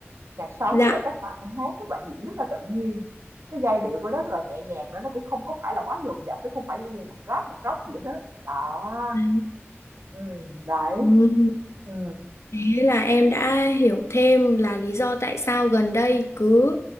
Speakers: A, on the right; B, on the left.
A: nhạc sống
B: dạ.
A: với lại các bạn hát các bạn diễn rất là tự nhiên cái giai điệu của nó rất là nhẹ nhàng đó nó cũng không có phải là quá dồn dập nó không phải giống như nhạc rap nhạc rock gì hết đó
B: Ừ.
A: ừ, đấy
B: Ừ.
A: ừ,
B: Thế là em đã hiểu thêm là lý do tại sao gần đây cứ